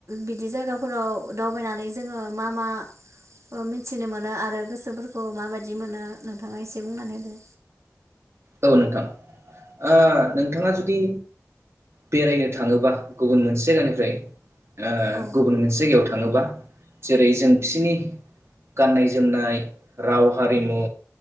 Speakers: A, on the right (about 70°); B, on the right (about 55°).
A: बिदि जायगाफोराव दावबायनानै जोङो मा मा मिथिनो मोनो आरो गोसोफोरखौ माबायदि मोनो नोंथाङा एसे बुंनानै होदो?
B: औ नोंथां ओ नोंथाङा जुदि बेरायनो थाङोबा गुबुन मोनसे जायगानिफ्राय। ओ
A: औ
B: गुबुन मोनसे जायगायाव थांयो। थाङोबा जेरै जों बिसोरनि गाननाय जोमनाय राव हारिमु।